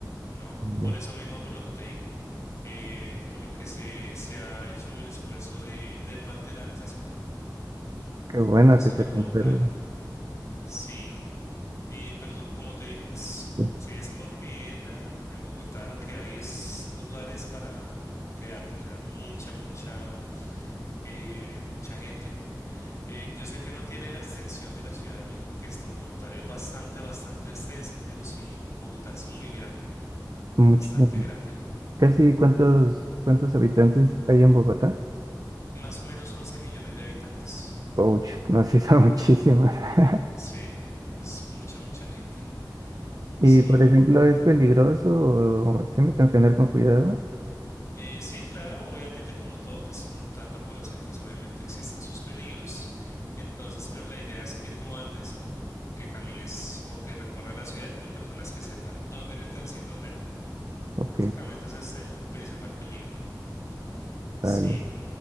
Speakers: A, on the left; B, on the right.
A: no,
B: Sí.
A: por eso mismo, por lo que te digo, eh, por lo que se, se ha hecho el esfuerzo de, de no alterar esa zona,
B: Qué bueno
A: esa zona
B: que se
A: como
B: conserve.
A: tal. Sí, y pues lo- como te digo, pues
B: Sí.
A: si es por vivienda, <laughs> en Bogotá lo que hay es lugares para quedarte, o sea, mucha, mucha, eh, mucha gente. Eh, yo sé que no tiene la extensión de la Ciudad de México, que esto como tal es bastante, bastante extensa, pero sí, Bogotá es muy grande,
B: Muchísimo.
A: bastante grande.
B: ¿Casi cuántos, cuántos habitantes hay en Bogotá?
A: Más o menos 11 millones de habitantes.
B: Ouch, no sé, son muchísimos. <laughs>
A: Sí, es mucha, mucha gente.
B: Y
A: Sí,
B: por
A: Iván.
B: ejemplo, ¿es peligroso o sí me tengo que andar con cuidado?
A: Eh, sí, claro, obviamente como todo, pues como tanta población, pues obviamente existen sus peligros. Entonces, pero la idea es que tú andes o que camines o que recorras la ciudad con personas que sepan dónde meterse y dónde no.
B: Ok,
A: Básicamente ese es el principal peligro. Sí.
B: vale.